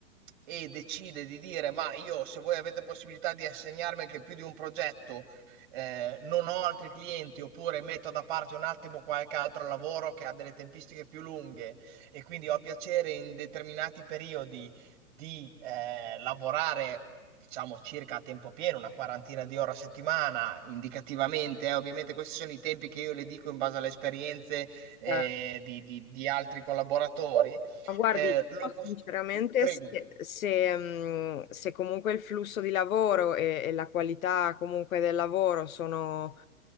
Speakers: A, on the right; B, on the left.
A: e decide di dire: Ma io, se voi avete possibilità di assegnarmi anche più di un progetto, eh, non ho altri clienti, oppure metto da parte un attimo qualche altro lavoro che ha delle tempistiche più lunghe e quindi ho piacere in determinati periodi di eh, lavorare. Diciamo circa a tempo pieno, una quarantina di ore a settimana, indicativamente. eh, Ovviamente questi sono i tempi che io le dico in base alle esperienze eh,
B: eh,
A: di, di- di altri collaboratori.
B: Ma guardi,
A: Eh,
B: io
A: lo pos-
B: sinceramente,
A: Prego.
B: se, se, mh, se comunque il flusso di lavoro e, e la qualità comunque del lavoro sono,